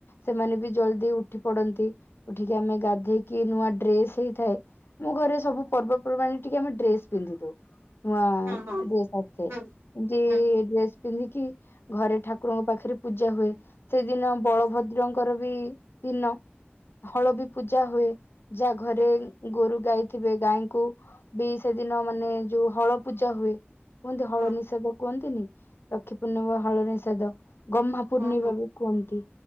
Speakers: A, on the left; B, on the right.
A: ସେମାନେ ବି ଜଲ୍ଦି ଉଠି ପଡନ୍ତି ଉଠିକି ଆମେ ଗାଧେଇକି ନୂଆ ଡ୍ରେସ୍ ହେଇ ଥାଏ ମୁଁ ଘରେ ସବୁ ପର୍ବପର୍ବାଣିରେ ଟିକେ ଆମେ ଡ୍ରେସ୍ ପିନ୍ଧି ଦଉ ନୂଆ
B: ହଁ
A: ଡ୍ରେସ୍ ଆ ସେ
B: ହଁ
A: ଯି-ଡ୍ରେସ୍
B: ହୁଁ
A: ପିନ୍ଧିକି ଘରେ ଠାକୁରଙ୍କ ପାଖେରେ ପୂଜା ହୁଏ। ସେଦିନ
B: ହୁଁ
A: ବଳଭଦ୍ରଙ୍କର ବି ଦିନ ହଳ
B: ହୁଁ
A: ବି ପୂଜା ହୁଏ। ଯା ଘରେ
B: ଆଜ୍ଞା
A: ଗୋରୁ ଗାଈ ଥିବେ ଗାଈଙ୍କୁ ବି ସେଦିନ ମାନେ ଯଉ ହଳ ପୂଜା ହୁଏ। କୁହନ୍ତି ହଳ
B: ହଁ
A: ନିଷେଧ କୁହନ୍ତିନି ରାକ୍ଷୀ ପୂର୍ଣ୍ଣିମା ହଳ ନିଷେଧ ଗହ୍ମା ପୂର୍ଣ୍ଣିମା
B: ହଁ ହଁ ଆଜ୍ଞା
A: ବି କୁହନ୍ତି